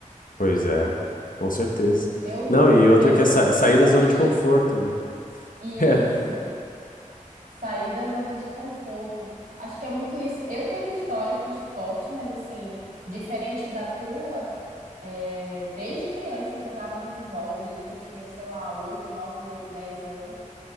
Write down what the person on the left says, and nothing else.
Pois é, com certeza.
Não, e outra
que
é sa-
sair
da zona de conforto, né?
<laughs> É,